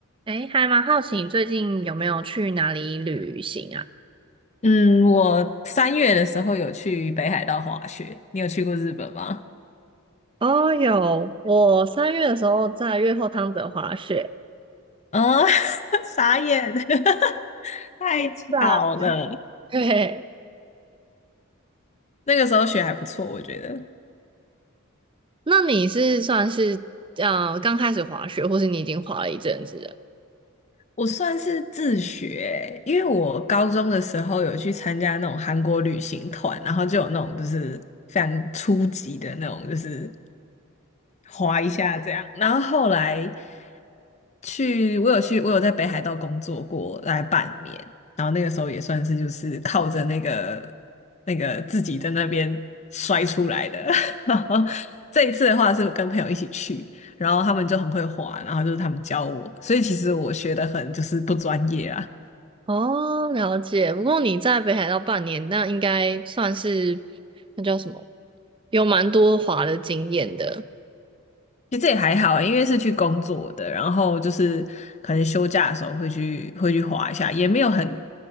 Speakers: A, on the right (about 25°); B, on the left (about 30°).
A: 哎，还蛮好奇你最近有没有去哪里旅行啊？
B: 嗯，我三月的时候有去北海道滑雪，你有去过日本吗？
A: 哦，有，我三月的时候在越后汤泽滑雪。
B: 嗯，<laughs> 傻眼，<laughs> 太巧了。
A: 是啊，对，
B: 那个时候雪还不错，我觉得
A: <laughs> 那你是算是呃刚开始滑雪，或是你已经滑了一阵子了？
B: 我算是自学，因为我高中的时候有去参加那种韩国旅行团，然后就有那种就是非常初级的那种，就是滑一下这样。然后后来去，我有去，我有在北海道工作过大概半年，然后那个时候也算是就是靠着那个那个自己在那边摔出来的。<laughs> 然后这一次的话是跟朋友一起去，然后他们就很会滑，然后就是他们教我，所以其实我学的很就是不专业啊。
A: 哦，了解。不过你在北海道半年，那应该算是那叫什么，有蛮多滑的经验的。
B: 其实这也还好欸，因为是去工作的，然后就是可能休假的时候会去会去滑一下，也没有很